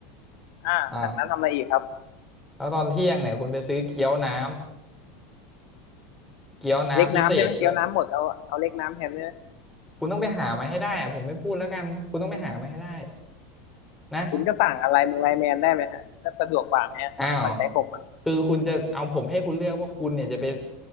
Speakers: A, on the left (about 60°); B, in the centre.
A: อ่าจากนั้นทำอะไรอีกครับ
B: อ่าแล้วตอนเที่ยงเนี่ยคุณไปซื้อเกี๊ยวน้ำเกี๊ยวน้ำพิเศษด้วย
A: เล็กน้ำได้ไหมเกี๊ยวน้ำหมดเอาเอาเล็กน้ำแทนได้ไหม
B: คุณต้องไปหามาให้ได้อะผมไม่พูดแล้วกันคุณต้องไปหามาให้ได้นะ
A: คุณก็สั่งอะไรมึงไลน์แมนได้ไหมฮะมันก็สะดวกกว่าไหมฮะกว่าใช้ผมอ่ะ
B: อ้าวคือคุณจะเอาผมให้คุณเลือกว่าคุณเนี่ยจะไป